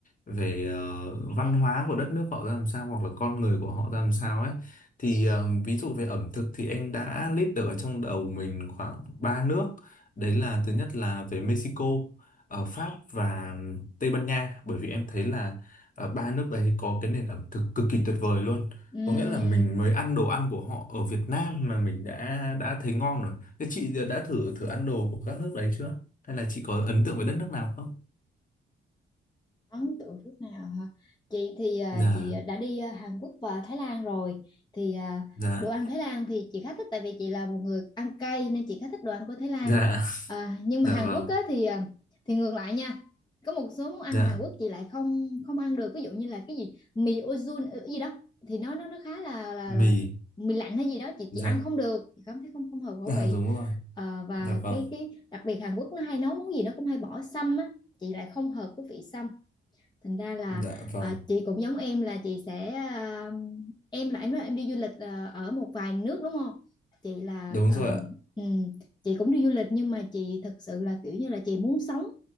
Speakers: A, on the left (about 40°); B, on the left (about 20°).
A: về ờ, văn hóa của đất nước họ ra làm sao hoặc là con người của họ ra làm sao ấy. Thì ờ, ví dụ về ẩm thực thì em đã list được ở trong đầu mình khoảng 3 nước. Đấy là thứ nhất là về Mexico, ờ, Pháp và Tây Ban Nha bởi vì em thấy là ờ, ba nước đấy có cái nền ẩm thực cực kỳ tuyệt vời luôn
B: Ừm,
A: có nghĩa là mình mới ăn đồ ăn của họ ở Việt Nam mà mình đã đã thấy ngon rồi. Thế chị đã thử thử ăn đồ của các nước đấy chưa? Hay là chị có ấn tượng với đất nước nào không?
B: Ấn tượng nước nào hả? Chị thì à,
A: Dạ,
B: chị đã đi à, Hàn Quốc và Thái Lan rồi thì à,
A: dạ,
B: đồ ăn Thái Lan thì chị khá thích tại vì chị là một người ăn cay nên chị khá thích đồ ăn của Thái Lan.
A: dạ,
B: À, nhưng
A: dạ
B: mà Hàn
A: vâng,
B: Quốc á, thì à, thì ngược lại nha. Có một số món ăn
A: dạ,
B: Hàn Quốc chị lại không không ăn được ví dụ như là cái gì mì ozun ờ, gì đó thì nó nó nó khá là là là
A: mì,
B: mì lạnh hay gì đó chị
A: dạ,
B: chị ăn không được chị cảm thấy không không hợp khẩu
A: dạ
B: vị
A: đúng rồi,
B: Ờ, và
A: dạ vâng,
B: cái cái đặc biệt Hàn Quốc nó hay nấu món gì nó cũng hay bỏ sâm á chị lại không hợp với vị sâm thành ra là
A: dạ vâng,
B: à, chị cũng giống em là chị sẽ à, em là em nói em đi du lịch à, ở một vài nước đúng không chị là à,
A: đúng rồi ạ.
B: ừm, chị cũng đi du lịch nhưng mà chị thực sự là kiểu như là chị muốn sống